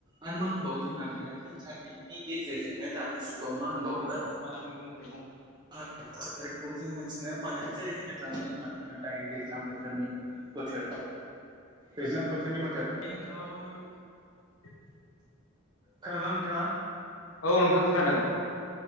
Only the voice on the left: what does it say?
न मानि मैगं थाइगं
<unintelligible>
औ नोंथां खोनादों।